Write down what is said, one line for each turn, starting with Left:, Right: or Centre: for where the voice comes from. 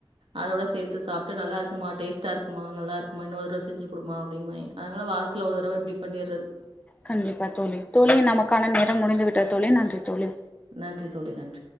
Right: அதோட சேத்து சாப்பிட்டு நல்லாக்குமா டேஸ்ட்டா இருக்குமா நல்லாக்குமா இன்னொரு தடவ செஞ்சு குடுமா அப்டிம்பாங்க அதனால வாரத்துல ஒரு தடவ இப்டி பண்ணிட்றது
Left: கண்டிப்பா தோழி, தோழி நமக்கான நேரம் முடிந்து விட்டது தோழி, நன்றி தோழி
Right: நன்றி தோழி. நன்றி.